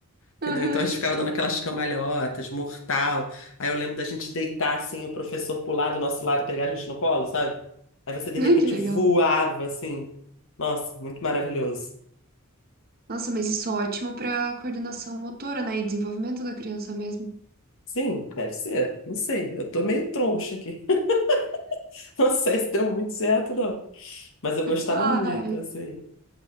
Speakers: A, on the left (about 60°); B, on the right (about 45°).
A: Entendeu?
B: Aham.
A: Então a gente ficava dando aquelas cambalhotas, mortal. Aí eu lembro da gente deitar assim, o professor pular do nosso lado, e pegar a gente no colo, sabe? Aí você de
B: <laughs>
A: repente
B: Ai, que legal.
A: voava assim. Nossa, muito maravilhoso.
B: Nossa, mas isso é ótimo para coordenação motora, né? E desenvolvimento da criança mesmo.
A: Sim, deve ser. Não sei. Eu tô meio troncha aqui. <laughs> Não sei se deu muito certo, não. Mas eu gostava
B: Ai,
A: muito, assim.